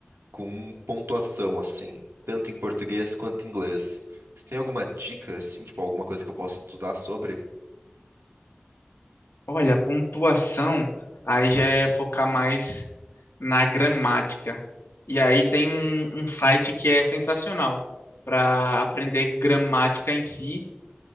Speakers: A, on the right (about 85°); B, on the left (about 85°).
A: com pontuação, assim, tanto em português quanto em inglês. Você tem alguma dica, assim, tipo, alguma coisa que eu possa estudar sobre?
B: Olha, a pontuação aí já é focar mais na gramática. E aí tem um, um site que é sensacional para aprender gramática em si.